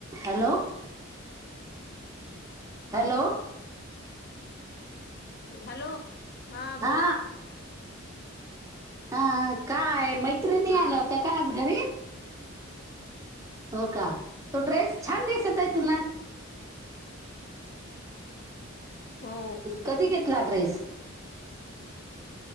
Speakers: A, on the right; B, on the left.
A: Hello. Hello.
B: Hello हां
A: हा
B: बोल.
A: हा काय मैत्रिणी
B: हा
A: आल्या होत्या का आज घरी? हो का तो ड्रेस छान दिसतय तुला.
B: हो
A: कधी घेतला ड्रेस?